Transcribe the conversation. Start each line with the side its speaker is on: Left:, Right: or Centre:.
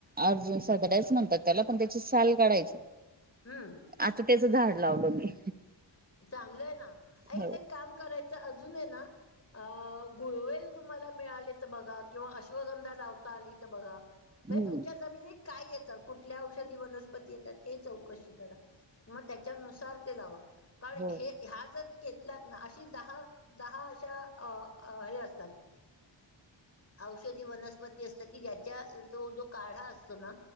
Right: अर्जुन सार्थाडा म्हणतात त्याला पण त्याची साल काढायची
Left: हम्म.
Right: आता त्याचं झाड लावल मी
Left: चांगलं आहे ना. एक
Right: हो
Left: एक काम करायचं अजून आहे ना अह गुळवेल तुम्हाला मिळाली तर बघा किंवा अश्वगंधा लावता आली तर बघा.
Right: हम्म
Left: <inaudible> बरे तुमच्या जमिनीत काय येतं कुठल्या औषधी वनस्पती येतात. हे चौकशी करा. <inaudible> त्याच्यानुसार ते <inaudible> कारण
Right: हो
Left: हे ह्या जर केेतलात ना अशी दहा, दहा अशा हे असतात. औषधी वनस्पती असत की ज्याच्या तो जो काढा असतो ना.